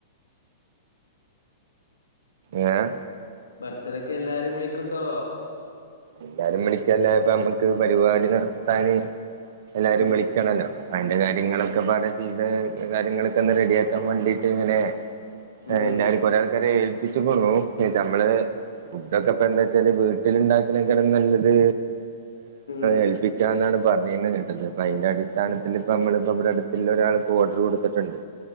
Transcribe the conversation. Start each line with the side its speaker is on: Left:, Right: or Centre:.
Right: ഏഹ്
Left: ബർത്ത്ഡക്ക് എല്ലാരിം വിളിക്ക്ണ്ടോ
Right: എല്ലാരിം വിളിക്കല്ലാതെ ഇപ്പ നമക്ക് പരിപാടി നടത്താന് എല്ലാരിം
Left: ഉം
Right: വിളിക്കണല്ലോ അയിന്റെ കാര്യങ്ങളൊക്ക പാടെ ചെയ്ത കാര്യങ്ങളൊക്കൊന്ന് റെഡിയാക്കാൻ വേണ്ടീട്ട്ങ്ങനെ
Left: ഉം
Right: ഏഹ്
Left: ഉം
Right: എല്ലാരും കൊറെ ആൾക്കാരെ ഏൽപ്പിച്ച്ക്ക്ണു നമ്മളെ
Left: ഉം
Right: ഫുഡൊക്കെ ഇപ്പ എന്താ വച്ചാല് വീട്ടിലുണ്ടാക്കുന്നെക്കാളും നല്ലത്
Left: ഉം
Right: ഏൽപ്പിക്ക ന്നാണ് പറഞ്ഞിരുന്നത് കിട്ടത് അപ്പ അതിന്റെ അടിസ്ഥാനത്തിൽ ഇപ്പ നമ്മളിപ്പ ഇവിടെ അടുത്തുള്ള ഒരാൾക്ക് ഓർഡർ കൊടുത്തിട്ടുണ്ട്.